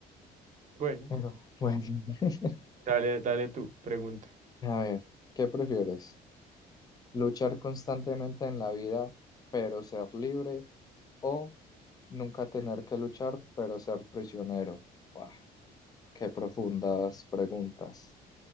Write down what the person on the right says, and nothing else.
Bueno,
dale, dale tú, pregunta.